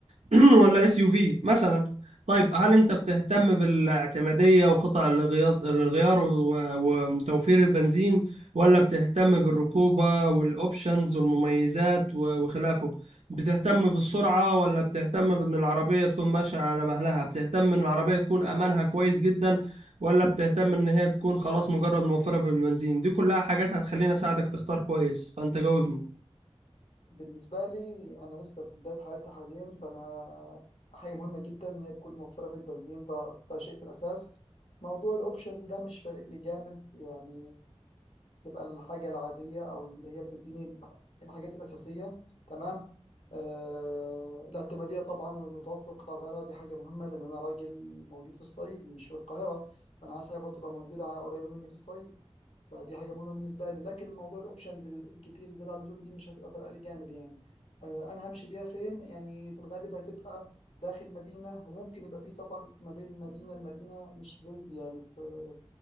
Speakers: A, on the right; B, on the left.
A: <clears throat> ولا اس يو في مثلا طيب هل انت بتهتم بالاعتماديه وقطع الغيار الغيار و- و- وتوفير البنزين ولا بتهتم بالركوبه والاوبشنز والمميزات و- وخلافه بتهتم بالسرعه ولا بتهتم بان العربيه تكون ماشيه على مهلها بتهتم ان العربيه تكون امانها كويس جدا ولا بتهتم ان هي تكون خلاص مجرد موفره بالبنزين دي كلها حاجات هتخليني اساعدك تختار كويس فانت جاوبني
B: بالنسبة لي أنا لسه في بداية حياتي حاليا فأنا حاجة مهمة جدا إن هي تكون موفرة في البنزين ده, ده شيء في الأساس موضوع الأوبشنز ده مش فارق لي جامد يعني تبقى الحاجة العادية أو اللي هي بتديني الحاجات الأساسية تمام آه الاعتمادية طبعا وتوفر قطع غيارها دي حاجة مهمة لأن أنا راجل موجود في الصعيد مش في القاهرة فأنا عايز حاجة تبقى موجودة قريبة مني في الصعيد فدي حاجه مهمه بالنسبه لي لكن موضوع الاوبشنز ال- الكتير زياده عن اللزوم دي مش هتبقى فارقه لي جامد يعني آه، انا همشي بيها فين يعني في الغالب هتبقى داخل مدينه وممكن يبقى في سفر ما بين مدينه لمدينه مش بعيد يعني في